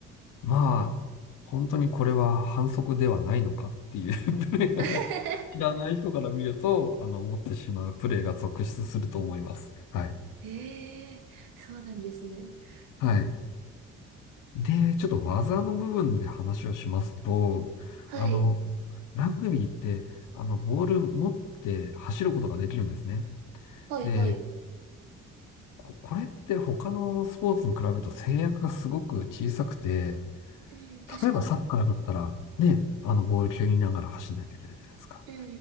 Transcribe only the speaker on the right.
<laughs>
ええーそうなんですね。
うん。
はい。
はいはい。
うん、確かに。
うんう